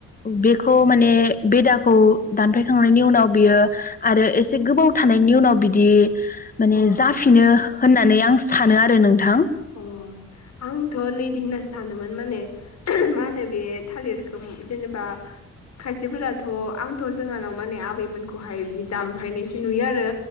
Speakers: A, on the left; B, on the left.
A: बेखौ माने बेदाखौ दानफायखांनायनि उनाव बियो आरो एसे गोबाव थानायनि उनाव बिदि माने
B: ओ
A: जाफिनो
B: अ
A: होननानै आं सानो आरो नों थां
B: अ आं थ' नैदि होनना सान मोनोमोन माने मा होनो बे थालिरखौ जेनेबा खायसेफोराथ' आंथ' जोंहानाव माने आबैमोनखौहाय बिदि दानफायनायसो नुयो आरो।